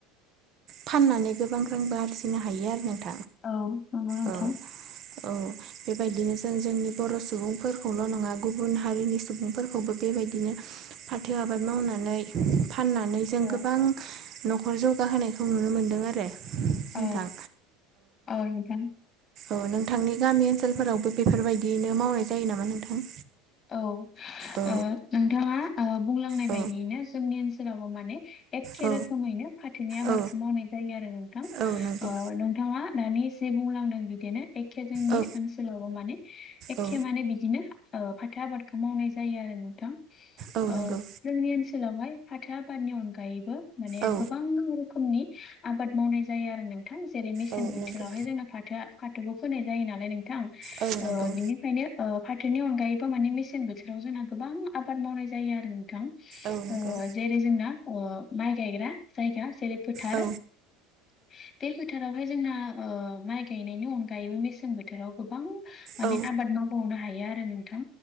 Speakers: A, on the right; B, on the left.
A: फाननानै गोबां रांबो आरजिनो हायो आरो नोंथां
B: औ नंगौ नोंथां
A: औ औ बेबायदिनो जों जोंनि बर' सुबुंफोरखौल' नङा गुबुन हारिनि सुबुंफोरखौबो बेबायदिनो फाथो आबाद मावना नै फाननानै जों
B: औ
A: गोबां न'खर जौगाहोनायखौ नुनो मोन्दों आरो। नोंथां
B: औ औ नोंथां
A: औ नोंथांनि गामि ओनसोलफोरावबो बेफोरबायदियैनो मावनाय जायो नामा नोंथां?
B: औ
A: औ
B: ओ नोंथाङा ओ बुंलांनाय
A: औ
B: बायदियैनो जोंनि ओनसोलावबो माने एखे
A: औ
B: रोखोमैनो फाथोनि आबादखौ
A: औ
B: मावनाय जायो आरो नोंथां
A: औ नंगौ
B: ओ नोंथाङा दानि जे बुंलांदों बिदिनो एखे जोंनि
A: औ
B: ओनसोलावबो माने एखे
A: औ
B: माने बिदिनो ओ फा थो आबादखौ मावनाय जायो आरो नोंथां
A: औ
B: ओ
A: नंगौ
B: जोंनि ओनस सोलावहाय फाथो आबादनि अनगायैबो माने
A: औ
B: गोबां रो खोमनि आबाद मावनाय जायो आरो नों थां जेरै- मेसें
A: औ
B: बोथोरावहाय
A: नंगौ
B: जोंना फाथोआ फाथोखौ फोनाय जायो नालाय नों थां
A: औ नंगौ
B: ओ बिनिफ्रायनो ओ फाथोनि अनगायै बो माने मेसें बोथोराव जोंना गोबां आबाद मावनाय जायो आरो नोंथां
A: औ नंगौ
B: ओ जेरै- जोंना ओ माइ गायग्रा जायगा जेरै- फोथार
A: औ
B: बे फोथार फोथारावहाय जोंहा ओ माइ गायनायनि अनगायैबो मेसें बोथोराव गोबां माने
A: औ
B: आबाद मावबावनो हायो आरो नोंथां